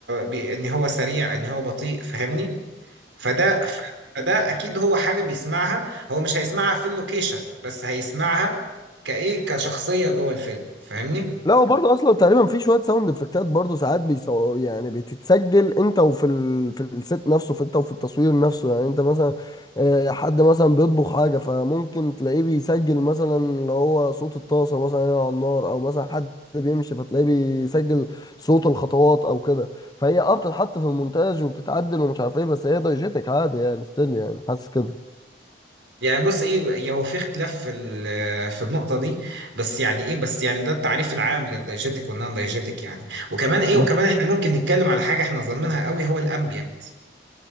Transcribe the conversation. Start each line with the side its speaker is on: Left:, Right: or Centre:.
Right: بي ان هو سريع ان هو بطيء فاهمني فده ف- فده اكيد هو حاجه بيسمعها هو مش هيسمعها في اللوكيشن بس هيسمعها كايه كشخصيه جوه الفيلم فاهمني
Left: لا هو برضه اصلا تقريبا في شويه ساوند افكتات برضه ساعات بيصو يعني بتتسجل انت وفي ال... في الست نفسه في انت وفي التصوير نفسه يعني انت مثلا آه، حد مثلا بيطبخ حاجه فممكن تلاقيه بيسجل مثلا اللي هو صوت الطاسه مثلا هنا على النار او مثلا حد بيمشي فتلاقيه بيسجل صوت الخطوات او كده فهي اه بتتحط في المونتاج وبتتعدل ومش عارف ايه بس هي دايجيتك عادي يعني ستيل يعني حاسس كده
Right: يعني بص ايه يعني هو في اختلاف في ال- في النقطه دي بس يعني ايه بس يعني ده التعريف العام للدايجيتك والنون دايجيتك يعني وكمان ايه وكمان
Left: بس
Right: احنا ممكن نتكلم على حاجه احنا ظالمينها قوي هو الامبيانت